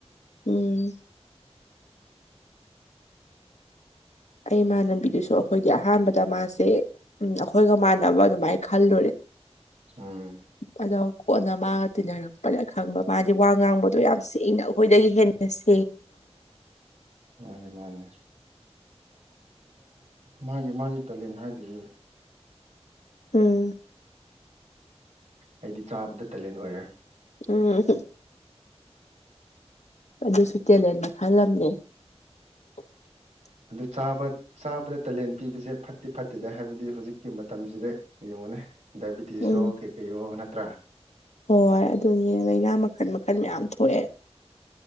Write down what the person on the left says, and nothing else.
ꯎꯝ ꯑꯩ ꯏꯃꯥꯟꯅꯕꯤꯗꯨꯁꯨ ꯑꯩꯈꯣꯏꯗꯤ ꯑꯍꯥꯟꯕꯗ ꯃꯥꯁꯦ ꯎꯝ ꯑꯩꯈꯣꯏꯒ ꯃꯥꯟꯅꯕ ꯑꯗꯨꯃꯥꯏꯅ ꯈꯜꯂꯨꯔꯦ
ꯑꯗ ꯀꯣꯟꯅ ꯃꯥꯒ ꯇꯤꯟꯅꯔꯛꯄꯗ ꯈꯪꯕ ꯃꯥꯗꯤ ꯋꯥ ꯉꯥꯡꯕꯗꯣ ꯌꯥꯝ ꯁꯦꯡꯅ ꯑꯩꯈꯣꯏꯗꯒꯤ ꯍꯦꯟꯅꯁ
ꯎꯝ
ꯎꯝ ꯑꯗꯨꯁꯨ ꯇꯦꯂꯦꯟ ꯃꯈꯜꯂꯝ <inaudible>
ꯎꯝ
ꯍꯣꯏ ꯑꯗꯨꯅꯦ ꯂꯥꯏꯅꯥ ꯃꯈꯜ ꯃꯈꯜ ꯃꯌꯥꯝ ꯊꯣꯛꯑꯦ